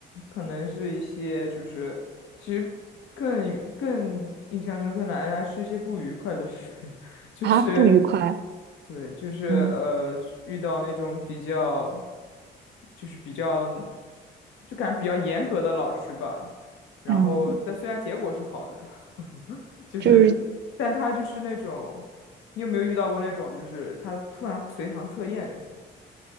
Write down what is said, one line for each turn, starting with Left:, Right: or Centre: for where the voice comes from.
Left: 可能是一些就是其实更更印象深刻的还是一些不愉快的事，<laughs> 就是
Right: 啊，不愉快。
Left: 对，就是呃遇到那种比较
Right: 嗯
Left: 就是比较就感觉比较严格的老师吧，然后但虽然结果是好的，
Right: 嗯，
Left: <laughs> 就是但他就是那种
Right: 就是
Left: 你有没有遇到过那种就是他突然随堂测验那种